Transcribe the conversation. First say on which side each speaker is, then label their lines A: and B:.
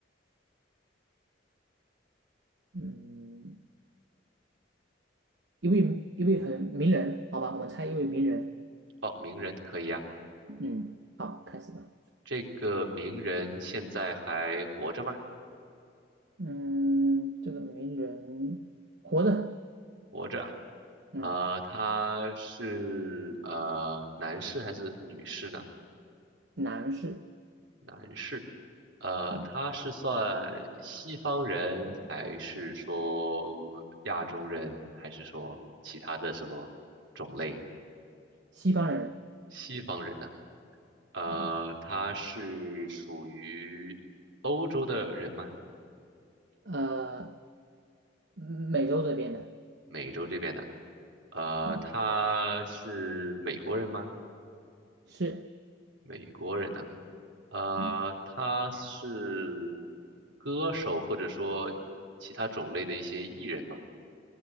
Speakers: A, on the right; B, on the right.
A: 嗯，一位一位很名人，好吧，我们猜一位名人，
B: 哦，名人可以啊，
A: 嗯，好，开始吧，
B: 这个名人现在还活着吗？
A: 嗯，这个名人活着，
B: 活着
A: 嗯，
B: 啊。呃，他是呃男士还是女士呢？
A: 男士。
B: 男士。呃，
A: 嗯。
B: 他是算西方人，还是说亚洲人，还是说其他的什么种类？
A: 西方人，
B: 西方人呢、呃，
A: 嗯，
B: 他是属于欧洲的人吗？
A: 呃，美洲这边的，
B: 美洲这边的。呃，
A: 嗯，
B: 他是美国人吗？
A: 是，
B: 美国人呢、呃，
A: 嗯，
B: 他是歌手或者说其他种类的一些艺人吗？